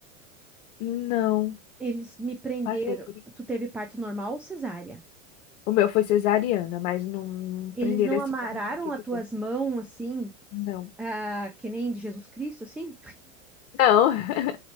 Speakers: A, on the left (about 60°); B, in the centre.
A: Não,
B: Eles me prenderam,
A: passei por isso.
B: tu teve parto normal ou cesárea?
A: O meu foi cesariana, mas não
B: Eles
A: prenderam
B: não
A: assim
B: amarraram
A: na mão. O que
B: as
A: que
B: tuas
A: foi?
B: mãos assim,
A: Não.
B: ah, que nem de Jesus Cristo, assim?
A: Não. <laughs>